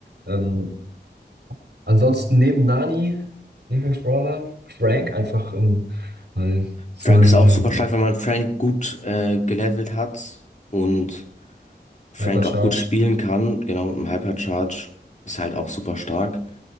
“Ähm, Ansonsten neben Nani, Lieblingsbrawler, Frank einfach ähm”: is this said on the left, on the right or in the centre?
Right